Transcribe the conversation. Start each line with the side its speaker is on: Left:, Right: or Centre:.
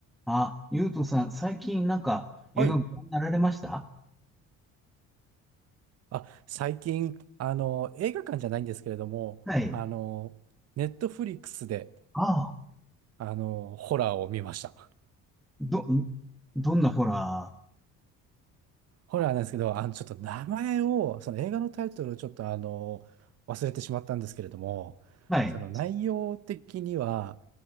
Centre: あ、ゆうとさん、最近なんか映画ご覧になられました
Right: はい。あ、最近、あの、映画館じゃないんですけれども、
Centre: はい。
Right: あの、ネットフリックスで、
Centre: ああ、
Right: あの、ホラーを見ました。
Centre: ど、んどんなホラ
Right: ホラーなんですけど、あの、ちょっと名前を、その映画のタイトルをちょっと、あの、忘れてしまったんですけれども、
Centre: ーはい。
Right: その内容的には、